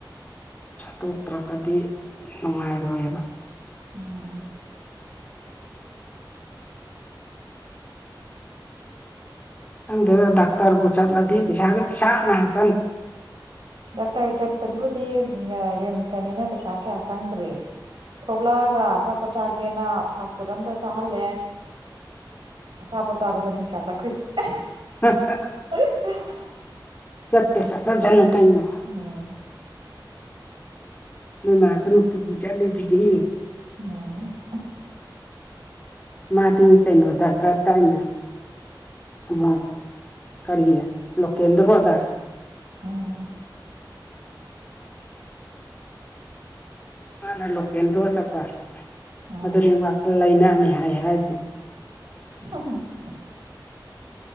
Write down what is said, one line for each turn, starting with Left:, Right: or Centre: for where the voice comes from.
Left: ꯇꯣꯛꯇ꯭ꯔꯒꯗꯤ ꯅꯨꯡꯉꯥꯏꯔꯣꯏꯑꯕ
Right: ꯎꯝ
Left: ꯈꯪꯗꯦꯗ ꯗꯥꯛꯇꯔꯕꯨ ꯆꯠꯂꯗꯤ ꯄꯩꯁꯥꯒꯤ ꯄꯩꯁꯥ ꯉꯥꯛꯇꯅꯤ
Right: ꯗꯥꯛꯇꯔ ꯆꯠꯄꯗꯨꯕꯨꯗꯤ ꯎꯝ ꯑ ꯔꯤꯝꯁꯇꯅꯤꯅ ꯄꯩꯁꯥ ꯀꯌꯥ ꯆꯪꯗ꯭ꯔꯦ ꯊꯣꯛꯂꯛꯑꯒ ꯑꯆꯥꯄꯣꯠ ꯆꯥꯒꯦꯅ ꯐꯥꯁꯐꯨꯗ ꯑꯝꯗ ꯆꯥꯍꯜꯂꯦ ꯑꯆꯥꯄꯣꯠ ꯆꯥꯕꯗꯨꯅꯤ ꯄꯩꯁꯥ ꯆꯠꯈ꯭ꯔꯤꯖꯤ
Left: <unintelligible>
Right: <unintelligible>
Left: ꯆꯠꯀꯦ ꯆꯠꯆꯖꯅꯨ ꯀꯩꯅꯣ
Right: ꯎꯝ
Left: ꯅꯣꯏ ꯃꯥꯖꯨ ꯅꯨꯡꯇꯤꯒꯤ ꯆꯠꯂꯤꯗꯨꯗꯤ
Right: ꯃꯥꯎ
Left: ꯃꯥꯗꯤ ꯀꯩꯅꯣꯗ ꯆꯠꯇꯥꯏꯅꯦ ꯇꯨꯕ ꯀꯔꯤꯌꯦ ꯂꯣꯀꯦꯟꯗ꯭ꯔꯣꯗ
Right: ꯎꯝ
Left: ꯃꯥꯅ ꯂꯣꯀꯦꯟꯗ꯭ꯔꯣ ꯆꯠꯄ
Right: ꯎꯝ
Left: ꯑꯗꯨꯅꯤ ꯋꯥꯈꯜ ꯂꯥꯏꯅꯥꯅꯦ ꯍꯥꯏ ꯍꯥꯏꯖꯦ
Right: ꯍ ꯍ